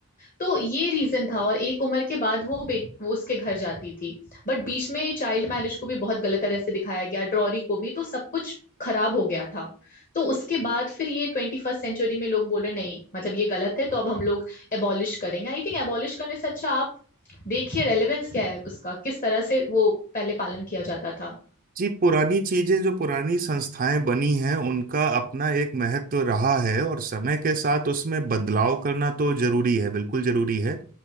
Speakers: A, on the left; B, on the right.
A: तो ये रीजन था और एक उम्र के बाद वो बेट वो उसके घर जाती थी बट बीच में चाइल्ड मैरिज को भी बहुत गलत तरह से दिखाया गया ड्रॉरी को भी तो सब कुछ खराब हो गया था तो उसके बाद फिर ये ट्वेंटी फर्स्ट सेंचुरी में लोग बोल रहे नहीं मतलब ये गलत है तो अब हम लोग एबॉलिश करेंगे आई थिंक एबॉलिश करने से अच्छा आप देखिए रेलेवेंस क्या है उसका किस तरह से वो पहले पालन किया जाता था
B: जी पुरानी चीजें जो पुरानी संस्थाएं बनी हैं उनका अपना एक महत्व रहा है और समय के साथ उसमें बदलाव करना तो जरूरी है बिल्कुल जरूरी है